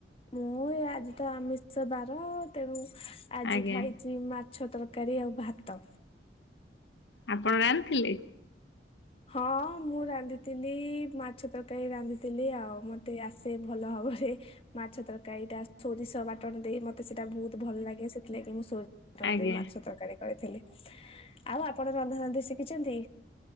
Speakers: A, on the left; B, on the left.
A: ମୁଁ ଏ ଆଜି ତ ଆମିଷ ବାର। ତେଣୁ, ଆଜି
B: ଆଜ୍ଞା
A: ଖାଇଛ୍ ଉ ମାଛ ତରକାରୀ, ଆଉ ଭାତ।
B: ଆପଣ ରାନ୍ଥିଲେ?
A: ହଁ ମୁଁ ରାନ୍ଧିଥିଲି ମାଛ ତରକାରୀ ରାନ୍ଧିଥିଲି ଆଉ ମତେ ଆସେ ଭଲ ଭାବରେ। ମାଛ ତରକାରୀଟା ସୋରିଷ ବାଟଣ ଦେଇ। ମତେ ସେଇଟା ବହୁତ ଭଲ ଲାଗେ, ସେଥିଲାଗି ମୁଁ ସୋ ଟଣ
B: ଆଜ୍ଞା।
A: ଦେଇ ମାଛ ତରକାରୀ କରିଥିଲି। ଆଉ ଆପଣ ରନ୍ଧା ରାନ୍ଧି ଶିଖିଛନ୍ତି?